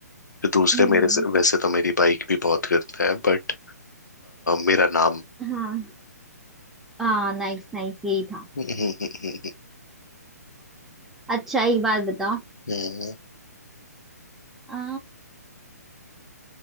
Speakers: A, on the left (about 85°); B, in the centre.
A: जो दूसरे
B: हम्म
A: मेरे से वैसे तो मेरी बाइक भी बहुत करता है बट मेरा नाम
B: हाँ हाँ नाइस नाइस यही था
A: <laughs> हम्म, हम्म,
B: अच्छा एक बात बताओ
A: हम्म,
B: आ,